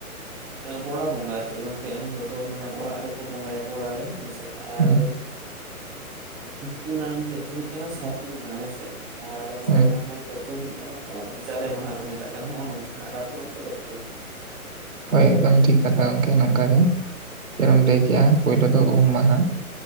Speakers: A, in the centre; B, on the right.
A: ᱜᱚᱲᱟ ᱵᱚᱸᱜᱟ ᱟᱨ ᱪᱮᱫ ᱜᱚᱝᱠᱮ ᱮᱱ ᱦᱤᱞᱳᱜ ᱫᱚ ᱢᱟᱱᱮ ᱚᱲᱟᱜ ᱨᱮᱠᱚ ᱵᱚᱸᱜᱟᱭᱟ ᱜᱚᱲᱟ ᱨᱮ ᱦᱮᱸᱥᱮ᱾ ᱟᱨ
B: ᱦᱮᱸ
A: ᱯᱩᱱᱟᱱ ᱦᱤᱞᱳ ᱫᱚ ᱦᱩᱭᱩᱜ ᱠᱟᱱᱟ ᱥᱟᱨᱫᱤ ᱢᱟᱦᱟ ᱦᱮᱸᱥᱮ᱾ ᱟᱨ ᱢᱚᱲᱮ
B: ᱦᱮᱸ
A: ᱢᱟᱦᱟ ᱦᱤᱞᱳᱜ ᱫᱚ ᱦᱩᱭᱩᱜ ᱠᱟᱱᱟ ᱠᱚ ᱡᱟᱞᱮ ᱢᱟᱦᱟ ᱠᱚ ᱢᱮᱛᱟᱜ ᱠᱟᱱᱟ ᱱᱚᱜ-ᱚ ᱱᱚᱝᱠᱟ᱾ ᱟᱨ ᱟᱯᱮ ᱚᱱᱛᱮ ᱫᱚ ᱚᱠᱟᱮ ᱞᱮᱠᱟ?
B: ᱦᱳᱭ ᱮᱠᱫᱚᱢ ᱴᱷᱤᱠ ᱠᱟᱛᱷᱟ ᱜᱚᱝᱠᱮ ᱱᱚᱝᱠᱟ ᱜᱮ᱾ ᱡᱮᱱᱢ ᱞᱟᱹᱭ ᱠᱮᱜ-ᱟ ᱯᱳᱭᱞᱳ ᱫᱚ ᱩᱢ ᱢᱟᱦᱟ᱾